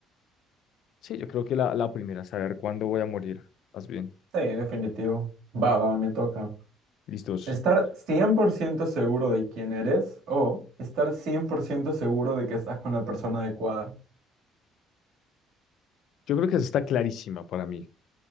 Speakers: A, on the left; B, on the right.
A: sí, yo creo que la, la primera, saber cuándo voy a morir, más bien.
B: Sí, definitivo. Va, va, me toca.
A: Listos.
B: Estar 100% seguro de quién eres o estar 100% seguro de que estás con la persona adecuada.
A: Yo creo que esa está clarísima para mí.